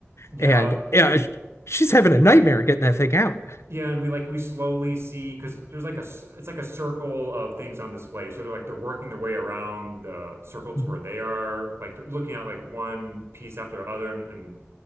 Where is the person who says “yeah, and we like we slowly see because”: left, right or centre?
Right